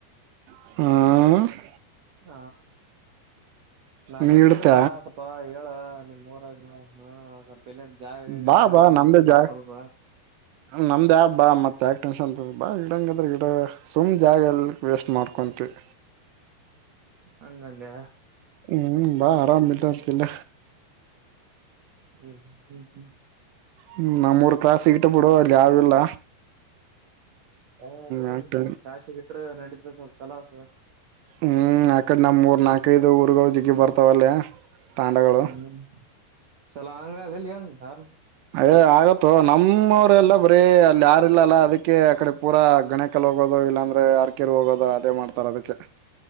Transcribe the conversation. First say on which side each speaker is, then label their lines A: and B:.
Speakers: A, on the right; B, on the right.
A: ಹಾ
B: ಹ ನಾನ್
A: ನೀ
B: ಇಡ್ತನಪ್ಪಾ
A: ಇಡ್ತ
B: ಸ್ವಪಾ ಹೇಳ ನಿಮ್ ಊರ್ ಹಾ ಸ್ವಲ್ಪ ಎಲ್ಲೇನ ಜಾಗ ಈಗ
A: ಬಾ
B: ಆಗದ
A: ಬಾ
B: ನಿಮ್ದು
A: ನಮ್ದೇ
B: ಕೊಡ
A: ಜಾಗ
B: ಸ್ವಲ್ಪ
A: ನಮ್ದ ಬಾ ಮತ್ ಯಾಕ್ ಟೆನ್ಷನ್ ತಗೋ ಬಾ ಇಲ್ದಾಲ್ಗಿಂದ್ರೆ ಇರು ಸುಮ್ನೆ ಜಾಗ ಎಲ್ಲ ವೇಸ್ಟ್ ಮಾಡ್ಕೊಂತೀವಿ
B: ಹಂಗಂದ್ಯ
A: ಹ್ಮ್ ಬಾ ಆರಾಮಿಲ್ಲ <unintelligible> ಇಲ್ಲ
B: ಹ್ಮ್ ಹ್ಮ್
A: ಹ್ಮ್ ನಮ್ಮೂರು ಕ್ರಾಸ್ ಇಟ್ಟ ಬಿಡು ಅಲ್ಲಿ ಯಾವೂ ಇಲ್ಲ
B: ಹಾ ಆ ಕಡೆ
A: ಯಾಕ್
B: ನಿಮ್ಮ ಊರು ಕ್ರಾಸಗೆ ಬಿಟ್ರೆ ನಡೀತ ಸ್ವಲ್ಪ ಚಲೋ ಅದ
A: ಹು ಆಕಡೆ ನಮ್ಮ ಊರ ನಾಲ್ಕೈದು ಊರುಗಳು ಜಿಗಿ ಬರ್ತಾವಲ್ಲೇ ತಾಂಡಗಳು
B: ಹ್ಮ್ ಚಲೋ ಹಂಗ ಆಗಿ ಅಲ್ಲಿ ಏನು <unintelligible>
A: ಅಯ್ಯೋ ಆಗತ್ತೊ ನಮ್ಮವರೆಲ್ಲ ಬರೀ ಅಲ್ಲಿ ಯಾರಿಲ್ಲಲ್ಲ ಅದಕ್ಕೆ ಆ ಕಡೆ ಪೂರಾ ಗಣೇ <unintelligible> ಹೋಗೋದು <unintelligible> ಇಲ್ಲಾಂದ್ರೆ ಅರಿಕೆರೆ ಹೋಗೋದು ಅದೇ ಮಾಡ್ತಾರ ಅದಕ್ಕೆ